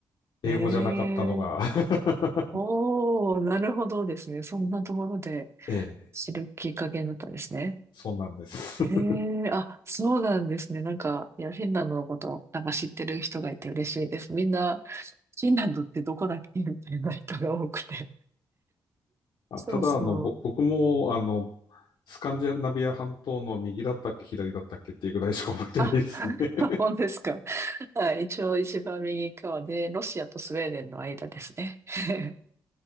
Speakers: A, on the left; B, on the right.
A: 英語じゃなかったのが
B: へえ、
A: <laughs>
B: おー、なるほどですね。そんなところで
A: ええ、
B: 知るきっかけになったんですね。
A: そうなんです。
B: へ
A: <laughs>
B: え、あ、そうなんですね。なんか、いや、フィンランドのこと、なんか知ってる人がいて嬉しいです。みんな、フィンランドってどこだっけみたいな人が多くて。
A: あ、
B: そうそう。
A: ただ、あの、ぼ僕も、あの、スカンジナビア半島の右だったっけ、左だったっけっていうぐらいしか覚えてないですね。
B: あ、
A: <laughs>
B: <laughs> 本当ですか。はい。一応一番右側で、ロシアとスウェーデンの間ですね。<laughs>